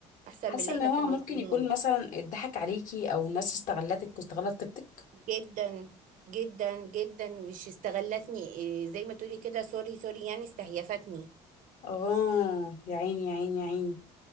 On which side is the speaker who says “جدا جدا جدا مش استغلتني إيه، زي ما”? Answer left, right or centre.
Right